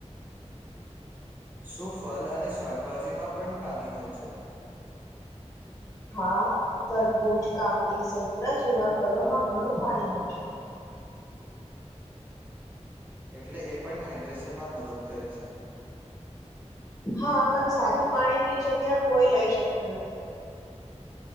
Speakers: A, on the right; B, on the left.
A: શું ફલ અને શાકભાજીમાં પણ પાની હોય છે
B: હા તરબૂજ કાકડી સંતરા જેવા ફલોમાં ઘણું પાણી હોય છે
A: એટલે એ પણ હાઇડ્રેશનમાં મદદ કરે છે
B: હા પણ સાદુ પાણીની જગ્યા કોઈ લઈ શકતું નથી